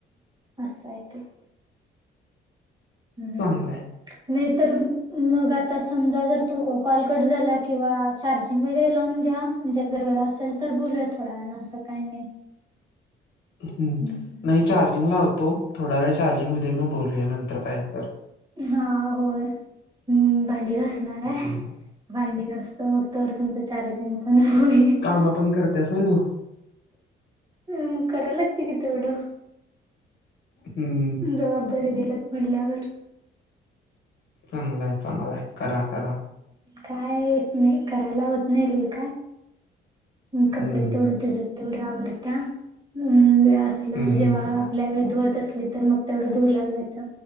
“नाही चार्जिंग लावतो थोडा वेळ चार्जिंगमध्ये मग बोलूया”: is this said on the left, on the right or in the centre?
Left